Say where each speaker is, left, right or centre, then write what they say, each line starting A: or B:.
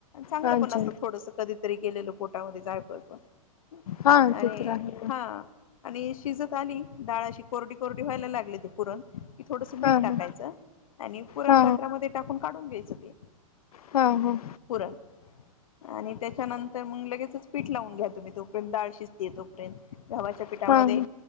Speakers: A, on the left; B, on the left.
A: चांगलं
B: अच्छा
A: पण असत थोडंसं कधी - तरी गेलेलो पोटामध्ये जायफळ पण
B: हा
A: आणि
B: ते तर आहे
A: हा आणि - शिजत आली डाळ अशी कोरडी कोरडी व्हायला लागली ते पुरण की थोडंसं मीठ
B: हा हा
A: टाकायचं आणि- पुरणपात्रामध्ये
B: हा
A: टाकून काढू घेयच ते.
B: ह ह
A: पुरण आणि त्याच्यानंतर मग लगेचच पीठ लावून घ्या तुम्ही तोपर्यंत डाळ शिजतिये तोपर्यंत गव्हाच्या पिठामध्ये
B: हा हा